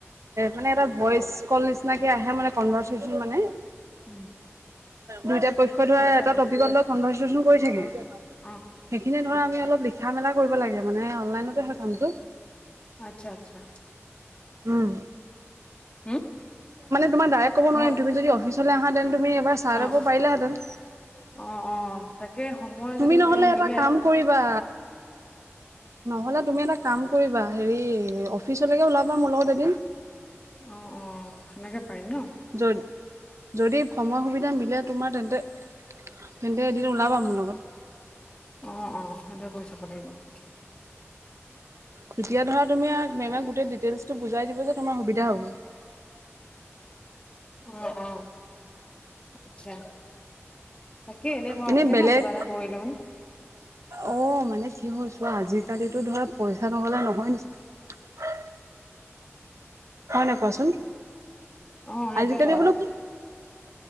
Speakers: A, on the right; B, on the left.
A: মানে এটা ভইচ কল নিচিনাকে আহে মানে কনভাৰ্চ হৈ মানে।
B: উম
A: দুটা পক্ষ ধৰা
B: আচ্ছা
A: এটা টপিকতত কনভাৰ্চচন কৰি থাকে
B: অ', অ',
A: সেইখিনি। ধৰা আমি অলপ লিখা মেলা কৰিব লাগে মানে। অনলাইনতে হয় কামটো
B: আচ্ছা আচ্ছা।
A: উম
B: হম
A: তোমাৰ ডাইৰেক্ট ক'ব নোৱাৰিম
B: অ',
A: তুমি যদি অফিচলৈ আহা দেন তুমি এবাৰ চাই
B: অ',
A: লব পাৰিলাহেঁতেন?
B: অ অ তাকে সময়
A: তুমি
B: যদি সুবিধা
A: নহ'লে
B: মিলে
A: এটা কাম কৰিবা নহলে তুমি এটা কাম কৰিবা হেৰি অফিচলৈকে ওলাবা মোৰ লগত এদিন।
B: অ', অ', সেনেকে পাৰিম ন।
A: য'ত যদি সময় সুবিধা মিলে তোমাৰ তেন্তে তেন্তে এদিন ওলাবা মোৰ লগত।
B: অ অ সেইটোৱে কৰি চাব লাগিব?
A: তেতিয়া ধৰা তুমি মেমক গোটেই ডিটেইলচ। বুজাই দিব যে তোমাৰ সুবিধা হ'ব।
B: উ অ আচ্ছা। তাকে এনে থকাতকে
A: এনেই বেলেগ
B: ন কিবা এটা কৰিলও ন।
A: অ মানে কি হৈছো আজিকালিতো ধৰা পইচা নহলে নহয় নেকি। হয় নে কোৱাচোন
B: অ', সেইটোৱেতো
A: আজিকালি বোলো